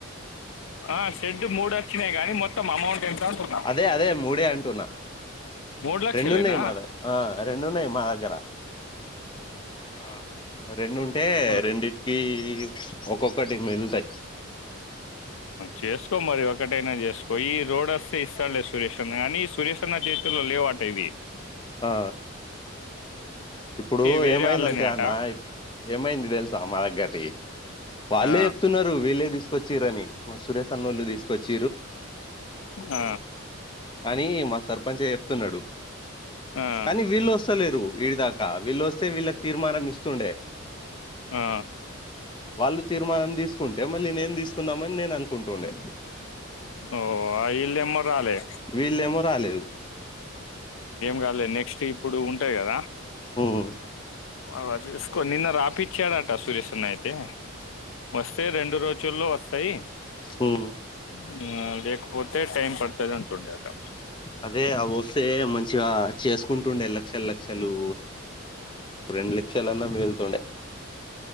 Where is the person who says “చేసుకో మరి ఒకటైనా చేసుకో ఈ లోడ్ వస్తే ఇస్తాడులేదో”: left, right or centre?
Left